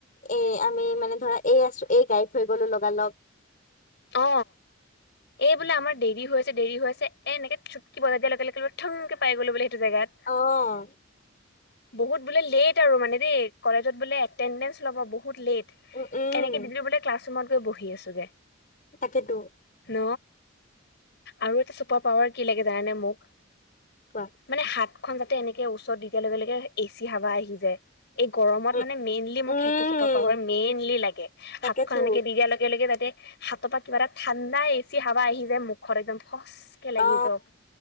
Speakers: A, on the left (about 40°); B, on the left (about 55°).
A: এ আমি মানে ধৰা এই আছো এই গাইফ হৈ গলো লগা লগ
B: অ। এই বোলে আমাৰ দেৰি হৈ আছে দেৰি হৈ আছে এনেকে চুটকি বজ দিয়া লগে লগে কিবা থংকে পাই গলো বোলে। সেইটো জেগাত
A: অহ
B: বহুত বোলে লেট আৰু মানে দেই কলেজত বোলে এটেনডেঞ্চ ল'ব বহুত বহুত লেট
A: উম উম
B: এনেকে দিল্লো বোলে ক্লাছ ৰুমত গৈ বহি আছোগে।
A: তাকেইতো
B: ন আৰু এটা চুপাৰ পাৱাৰ কি লাগে জানানে মোক
A: কোৱা
B: মানে হাত খন যাতে এনেকে ওচৰত দিয়া লগে লগে এচি হাৱা আহি যায়। এই গৰমত
A: উম
B: মানে মেইনলি মোক
A: উম
B: সেইটো চুপাৰ পাহাৰ মেইনলি লাগে হাতখন
A: তাকেতো
B: এনেকে দি দিয়াৰ লগে লগে যাতে হাতৰ পৰা কিবা এটা ঠাণ্ডাই এছি হাৱা আহি যায় মুখৰ একদম খচকে লাগি
A: অ
B: যাওঁক।